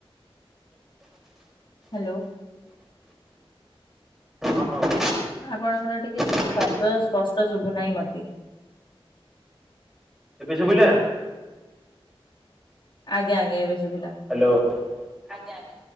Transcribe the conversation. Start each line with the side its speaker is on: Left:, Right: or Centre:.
Left: ହ୍ୟାଲୋ।
Centre: ହଁ
Left: ଆପଣଙ୍କର ଟିକେ ଶବ୍ଦ
Centre: ଶୁଭିଲା
Left: ସ୍ପଷ୍ ତ ଶୁଭୁ ନାହିଁ ମତେ।
Centre: ଏବେ ଶୁବିଲା?
Left: ଆଜ୍ଞା ଆଜ୍ଞା ଏବେ ଶୁଭିଲା
Centre: ହ୍ୟାଲୋ ଆ ଆ।